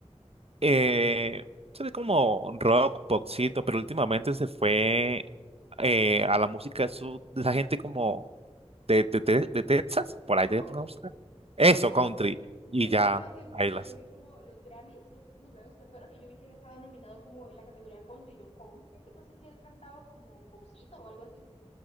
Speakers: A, on the right; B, on the left.
A: Eh, se ve como rock, popcito, pero últimamente se fue eh, a la música sud, de esa gente como de, de, de- de Texas, por ahí te
B: Country.
A: pongamos. Eso,
B: Se fue como
A: country,
B: para... Yo,
A: y ya,
B: yo sí iba a decir porque
A: ahí las.
B: yo vi como los Grammys, los últimos Grammys que fueron, y yo vi que él estaba nominado como en la categoría country. Yo, country, yo pensé que él cantaba como popcito o algo así.